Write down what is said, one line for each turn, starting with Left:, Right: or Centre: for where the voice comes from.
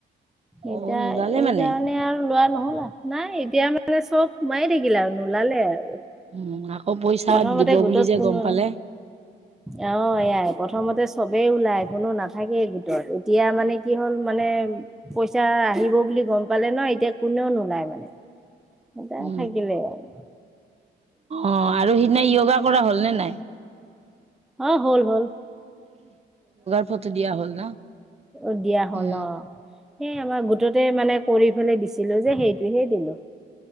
Centre: এতিয়া
Right: অ নোলালে
Centre: সেইকাৰণে
Right: মানে
Centre: আৰু লোৱা নহল। নাই এতিয়া মানে চব সোমায়ে থাকিলা আৰু নোলালে আৰু।
Right: উম আকৌ পইচা
Centre: প্ৰথমতে
Right: দিব
Centre: গোটত
Right: বুলি যে
Centre: কোনো
Right: গম পালে।
Centre: অ এয়াই প্ৰথমতে চবেই ওলাই কোনো নাথাকেই গোটত। এতিয়া মানে কি হ'ল মানে পইচা আহিব বুলি গম পালে ন এতিয়া কোনেও নোলায় মানে। এ
Right: উম
Centre: থাকিব আৰু <inaudible>
Right: অ' আৰু সিদিনা য়োগা কৰা হ'ল নে নাই?
Centre: অ' হ'ল হ'ল।
Right: ফটো দিয়া হ'ল ন <inaudible>
Centre: উম দিয়া হ'ল
Right: উম
Centre: অ' -- আমাৰ গোটতে মানে কৰি পেলাই দিছিলো যে সেইটোহে দিলো।